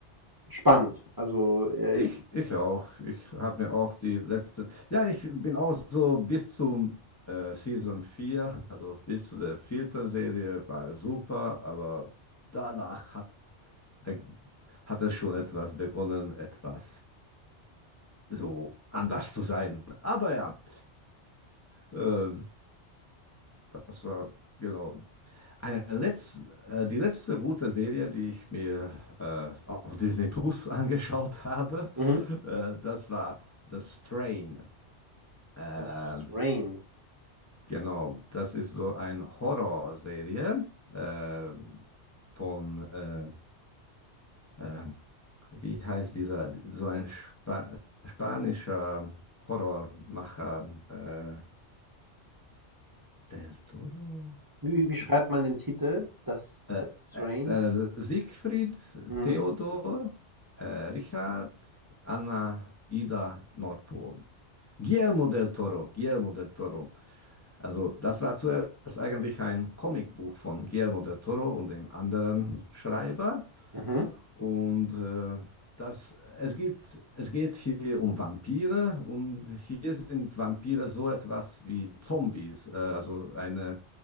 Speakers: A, on the right; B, on the left.
A: spannend. Also, äh,
B: Ich,
A: ich
B: ich auch. Ich habe mir auch die letzte. Ja, ich bin auch so bis zum äh, Season 4, also bis zu der vierten Serie war super, aber danach hat, be- hat es schon etwas begonnen, etwas so anders zu sein. Aber ja, ähm, das war genau. Eine letz, äh, die letzte gute Serie, die ich mir äh, auf Disney Plus <laughs> angeschaut habe,
A: mhm.
B: äh, das war The Strain. Ähm,
A: Das Rain.
B: genau, das ist so eine Horrorserie äh, von, äh, äh, wie heißt dieser, so ein Spa spanischer Horrormacher, äh, Del Toro?
A: Wie wie wie schreibt
B: Wie-
A: man den Titel? Das
B: Äh,
A: das
B: äh,
A: Rain?
B: äh, Siegfried,
A: Mhm.
B: Theodor, äh, Richard, Anna, Ida, Nordpol. Guillermo del Toro, Guillermo del Toro. Also das war zuerst eigentlich ein Comicbuch von Guillermo del Toro und dem anderen Schreiber.
A: Mhm,
B: Und äh, das, es geht, es geht hier um Vampire und hier sind Vampire so etwas wie Zombies, äh, also eine,